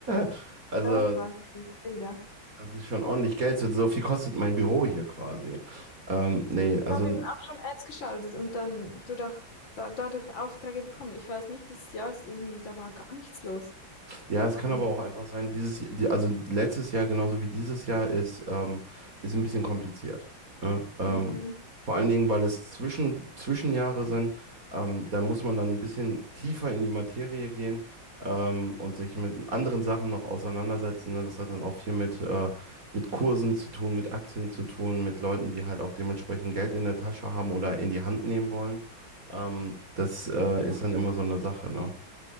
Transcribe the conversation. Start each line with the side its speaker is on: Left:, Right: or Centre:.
Right: <laughs> Also.
Left: Ja, es war nicht viel, ja.
Right: Das ist schon ordentlich Geld. So so viel kostet mein Büro hier quasi. Ähm, nee, also
Left: Ich habe eben auch schon Ads geschaltet und dann dadurch, da, dadurch Aufträge bekommen. Ich weiß nicht, dieses Jahr ist irgendwie, da war gar nichts los.
Right: Ja, es kann
Left: Mhm.
Right: aber auch einfach sein, dieses, die- also letztes Jahr genauso wie dieses Jahr ist, ähm, ist ein bisschen kompliziert. Ne? Ähm,
Left: Mhm.
Right: vor allen Dingen, weil es Zwischen, Zwischenjahre sind, ähm, da muss man dann ein bisschen tiefer in die Materie gehen ähm, und sich mit anderen Sachen noch auseinandersetzen. Ne? Das hat dann auch viel mit, äh, mit Kursen zu tun, mit Aktien zu tun, mit Leuten, die halt auch dementsprechend Geld in der Tasche haben oder in die Hand nehmen wollen. Ähm, das äh,
Left: Ja,
Right: ist dann immer so eine Sache, ne?